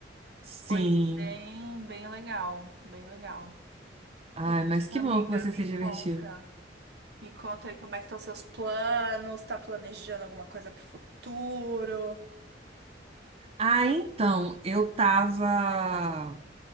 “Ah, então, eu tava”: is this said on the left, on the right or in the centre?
Right